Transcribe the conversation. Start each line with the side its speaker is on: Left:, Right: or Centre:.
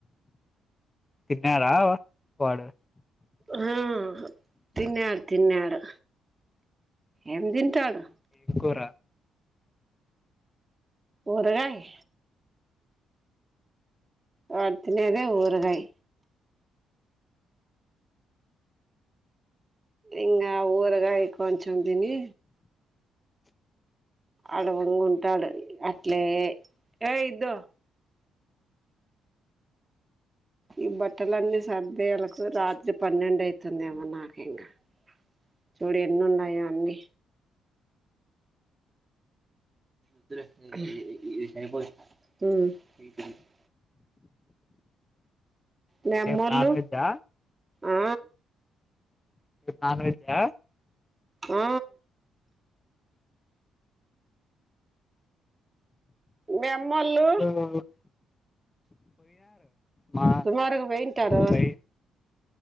Left: తిన్నారా వాడు.
Right: ఆ తిన్నాడు తిన్నాడు. ఏం తింటాడు.
Left: ఏం కూర.
Right: ఊరగాయే. వాడు తినేది ఊరగాయే. ఇంకా ఊరకాయ కొంచం తిని. అడవంగుంటాడు అట్లే ఏ ఇద్దు. ఈ బట్టల అన్నీ సర్దేలకు రాత్రి పన్నెండు అయితుందేమో నాకు ఇంకా. చూడు ఎన్ని ఉన్నాయో అన్నీ. ఉ మీ అమ్మోళ్ళు
Left: రేపు నాన్ వెజ్జా
Right: ఆ.
Left: నాన్వేజ్ ఆ.
Right: ఆ మీ అమ్మోళ్ళు
Left: వెళ్ళా మా
Right: సుమారుగా పొయింటారు
Left: బై